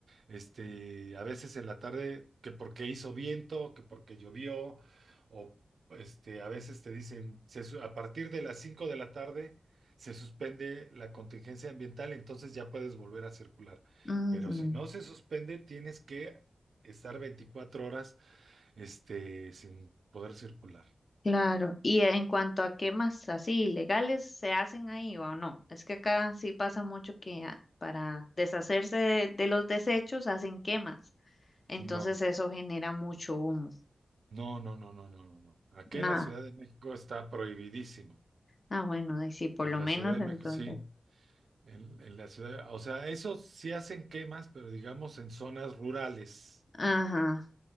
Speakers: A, on the right; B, on the left.
A: este, a veces en la tarde, que porque hizo viento, que porque llovió, o este, a veces te dicen, se su- a partir de las 5 de la tarde se suspende la contingencia ambiental, entonces ya puedes volver a circular.
B: Ujú,
A: Pero si no se suspende, tienes que estar veinticuatro horas este, sin poder circular.
B: Claro. Y en cuanto a quemas así ilegales, ¿se hacen ahí o no? Es que acá sí pasa mucho que a- para deshacerse de, de los desechos hacen quemas. Entonces
A: No,
B: eso genera mucho humo.
A: no, no, no, no, no, no, no. Aquí
B: Nada.
A: en la Ciudad de México está prohibidísimo.
B: Ah, bueno, y sí, por
A: En
B: lo
A: la
B: menos
A: Ciudad de
B: entonces.
A: México, sí. En, en la ciudad, o sea, eso sí hacen quemas, pero digamos en zonas rurales.
B: Ajá,